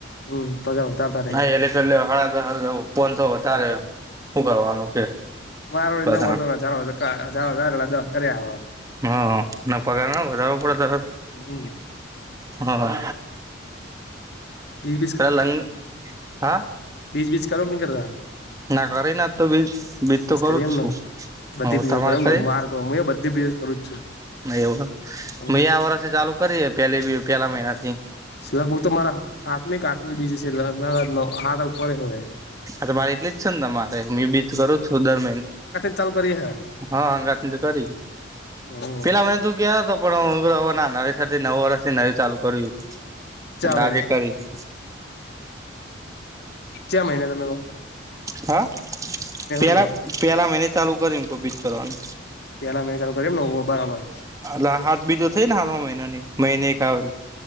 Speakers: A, on the left (about 55°); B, on the right (about 15°).
A: હમ. <inaudible>
B: ના એલે કેટલે હળ પોનસો વધારે. શું કરવાનું કે
A: મારો
B: બધા
A: નવો હતોલા કર્યા હ.
B: હા ના પગાર ના વધારો પડે.
A: હમ.
B: હા
A: બીજ
B: ત લંગ હા.
A: બીચ બીચ ક લોકહી કરતા
B: ના કરી ના તો બીજ બીજ તો કરું
A: કરી
B: જ
A: એમને
B: છું
A: બધી
B: હ
A: બીજો
B: તમારે
A: કરે એમને
B: ખાઈ.
A: માર્ગ હું એ બધી બિઝનેસ કરું જ છું
B: એવ
A: હમ
B: મે આ વર્ષથી ચાલુ કરી પે પેલા મહિનાથી
A: લગભગ તો મારા હાથમી કાથમી બીજ છે હાથ ઉપડ હોય.
B: હ તો મારે એટલી જ છ મારે હું એ બી કરું છું દરમિન.
A: ચાલ કરીરી હૈ.
B: હા હંગાત તો કરી
A: હમ
B: પેલા મેં તું કે. પણ હું ના નવેસર થી નવું વર્ષ થી નવું ચાલુ કર્યું હતું.
A: ચા
B: એટલે
A: મહિને
B: આજે કરીે છે.
A: ક મહિને તમે કહ.
B: હા પેલા
A: કીધું
B: પેલા મેને ચાલુ કરીને કબીિત કરવાનું
A: પેલા મહિને ચાલુ કરી એમ ને બરાબર
B: લા હાથ બીજો થઈ ને હાતમાં મહિનાની મહિને એક આવે.